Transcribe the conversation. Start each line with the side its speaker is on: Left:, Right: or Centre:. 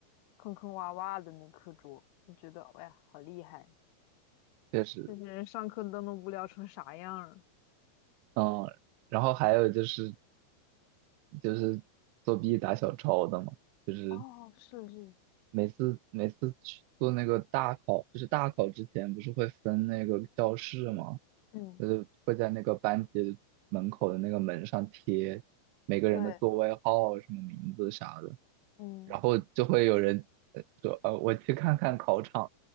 Left: 坑坑洼洼的那课桌，就觉得哎呀好厉害，
Right: 确实，
Left: 这些人上课都能无聊成啥样儿？
Right: 啊，然后还有就是就是作弊打小抄的嘛，就是
Left: 哦，是是，
Right: 每次每次去做那个大考，就是大考之前不是会分那个教室嘛，
Left: 嗯，
Right: 就是会在那个班级门口的那个门上贴每个人的座位号、
Left: 对，
Right: 什么名字啥的。
Left: 嗯，
Right: 然后就会有人呃说，呃，我去看看考场，